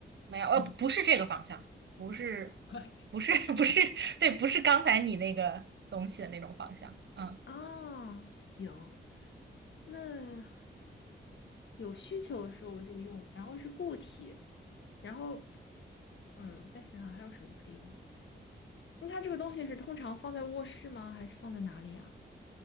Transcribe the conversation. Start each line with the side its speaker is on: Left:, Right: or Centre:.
Right: 没有，呃，
Left: 没有
Right: 不是这个方向，不是，
Left: <laughs>
Right: 不是，<laughs> 不是，对，不是刚才你那个东西的那种方向，嗯，
Left: 啊，行，那有需求的时候就用，然后是固体，然后嗯，再想想还有什么可以用。那它这个东西是通常放在卧室吗？还是放在哪里啊？